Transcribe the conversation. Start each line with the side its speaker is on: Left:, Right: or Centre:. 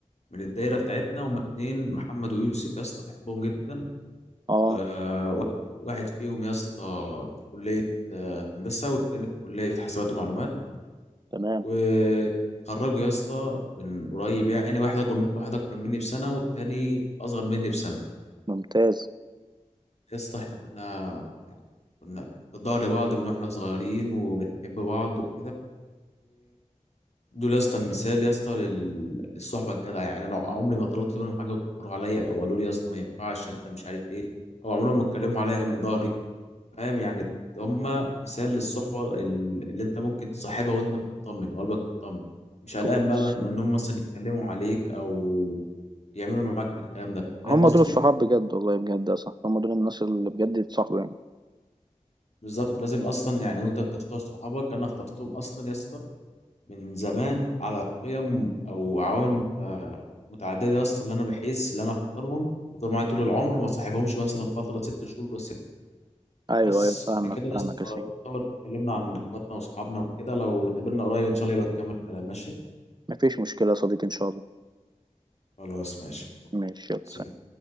Left: من الدايرة بتاعتنا هما اتنين محمد ويوسف يا اسطى بحبهم جدا
Right: اه
Left: آه، واحد واحد فيهم يا اسطى في كلية آه، هندسة والتاني في كلية حاسبات ومعلومات
Right: تمام
Left: واتخرجوا يا اسطى من قريب يعني واحد أكبر واحد أكبر مني بسنة والتاني أصغر مني بسنة
Right: ممتاز
Left: يا اسطى احنا كنا يعني كنا في ظهر بعض من واحنا صغيرين وبنحب بعض وكده ودول يا اسطى مثال يا اسطى لل- للصحبة الجدعة يعني أنا عمري ما طلبت منهم حاجة وتأخروا عليا أو قالوا لي يا اسطى ما ينفعش أنت مش عارف إيه أو عمرهم ما اتكلموا عليا من ظهري فاهم يعني هما مثال للصحبة ال- اللي انت ممكن تصاحبها وانت مطمن وقلبك مطمن مش قلقان
Right: كويس
Left: بقى ان هم مثلا يتكلموا عليك او يعملوا معاك الكلام ده فاهم
Right: هم
Left: قصدي
Right: دول الصحاب بجد والله بجد يا صاحبي هم دول الناس اللي بجد يتصاحبوا يعني
Left: بالظبط لازم اصلا يعني وانت بتختار صحابك انا اخترتهم اصلا يا اسطى من زمان على قيم او عوامل آه، متعددة يا اسطى اللي انا بحس اللي انا اختارهم يفضلوا معايا طول العمر ما صاحبهمش مثلا فترة ست شهور بس
Right: ايوه
Left: بس
Right: ايوه فاهمك
Left: احنا كده يا
Right: فاهمك
Left: اسطى
Right: يا سيدي
Left: يعتبر اتكلمنا عن اخواتنا واصحابنا وكده لو اتقابلنا قريب ان شاء الله يبقى نكمل كلام ماشي
Right: مفيش مشكلة يا صديقي ان شاء الله
Left: خلاص ماشي
Right: ماشي يلا
Left: سلام
Right: سلام.